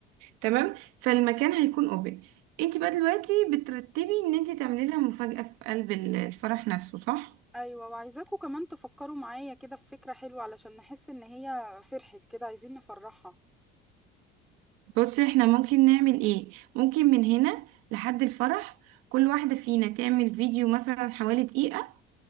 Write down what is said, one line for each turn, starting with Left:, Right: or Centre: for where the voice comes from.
Right: تمام فالمكان هيكون اوبن انت بقى دلوقتي بترتبي ان انت تعملي لها مفاجأة في قلب ال- الفرح نفسه صح
Centre: أيوة وعايزاكوا كمان تفكروا معايا كده في فكرة حلوة علشان نحس إن هي فرحت كده عايزين نفرحها
Right: بصي احنا ممكن نعمل ايه ممكن من هنا لحد الفرح كل واحدة فينا تعمل فيديو مثلا حوالي دقيقة